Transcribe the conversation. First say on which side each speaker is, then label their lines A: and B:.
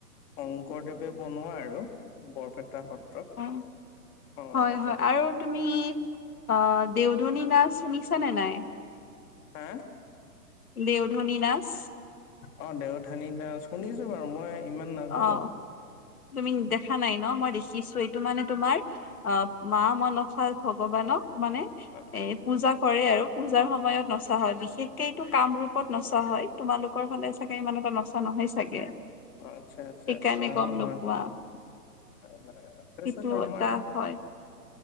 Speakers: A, on the left; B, on the left.
A: শংকৰদেৱে বনোৱা আৰু বৰপেটা সত্ৰ ত
B: অ',
A: অ'
B: হয় হয়
A: তেনেকে
B: আৰু তুমি অ' দেউধনী নাচ শুনিছানে নাই?
A: হা?
B: দেউধনী নাচ?
A: অ', দেউধনি নাচ শুনিছো বাৰু মই ইমান নাজানো
B: অ', তুমি দেখা নাই ন মই দেখিছো, এইটো মানে তোমাৰ অ', মা মনসা ভগৱানক মানে
A: অ'।
B: এ পূজা কৰে আৰু পূজাৰ সময়ত নচা হয়। বিশেষকে এইটো কামৰূপত নচা হয়। তোমালোকৰ ফালে চাগে ইমান এটা নচা নহয় চাগে?
A: আচ্ছা আচ্ছা
B: সেইকাৰণে
A: আচ্ছা অ'
B: গম নোপোৱা
A: হয় হয়! অ', তাৰপিছত
B: সেইটো
A: আমাৰ
B: এটা হয়